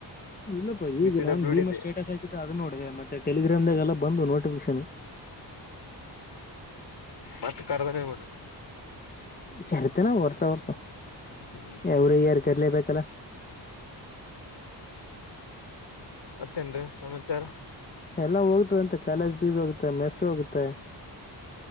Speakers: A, on the left; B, on the left.
A: ಇಲ್ಲಪ್ಪಾ
B: ಬಿ
A: ಈಗ
B: ಸಿ
A: ನಾನ್
B: ಡಬ್ಲ್ಯೂ
A: ಭೀಮಾ
B: ಡಿದೆ
A: ಸ್ಟೇಟಸ್ ಹಾಕಿದ್ದ ಅದು ನೋಡಿದೆೆ ಮತ್ತೆ ಟೆಲಿಗ್ರಾಮದಾಗೆಲ್ಲ ಬಂದ್ವು ನೋಟಿಫಿಕೇಶನ್.
B: ಮತ್ತ ಕರದ್ರ. <unintelligible>
A: ಕರೀತನವಾ ವರ್ಷ ವರ್ಷ
B: ಹ್ಮ್
A: ಎವ್ರಿ ಇಯರ್ ಕರ್ಲೇಬೇಕಲ್ಲ.
B: ಮತ್ತೇನ್ ರೀ ಸಮಾಚಾರ.
A: ಎಲ್ಲ ಹೋಗ್ತದ ಅಂತೆ ಕಾಲೇಜ್ ಪೀಜ ಹೋಗುತ್ತೆ ಮೆಸ್ಸ ಹೋಗುತ್ತೆ.